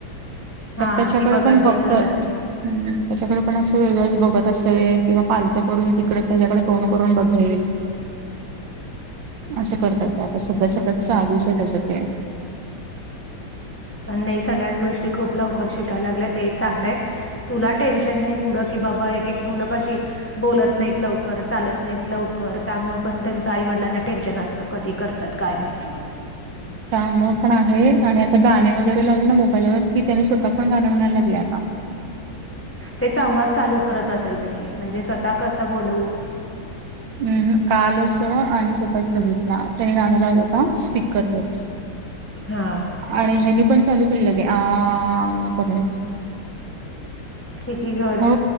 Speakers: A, on the left; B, on the right.
A: हा
B: तर त्याच्याकडे
A: ती
B: पण बघत
A: बसत
B: हम्
A: असेल.
B: त्याच्याकडे पण असं वेगळंच बघत असे किंवा पालतं पडून तिकडे त्याच्याकडे तोंड करून बघेल
A: <unintelligible>
B: असं करताय का आता सध्या सगळ्यात चाधीस त्याचते
A: पण नाही सगळ्याच गोष्टी खूप लवकर शिकायला लागल्या ते एक चांगलं आहे तुला टेन्शन नाही पुढं की बाबा एक एक मुलं कशी बोलत नाही लवकर चालत नाही लवकर त्यामुळे पण त्यांचं आईवडिलांना टेन्शन असतं कधी करत त्यात काय माहिती म्हण
B: काम पण आहे आणि आता गाणे वगैरे लावले ना मोबाईलवर की त्याने स्वतः पण गाण म्हणायला लागलं आता
A: ते संवाद चालू करत असेल त्यांनी म्हणजे स्वतः कस बोलवू
B: हम् कालच आम्ही स्वतःच बघितला त्याने गाण लावला होता स्पीकरवर
A: हा
B: आणि ह्यानी पण चालू केलं गे आ करून
A: किती गड
B: हो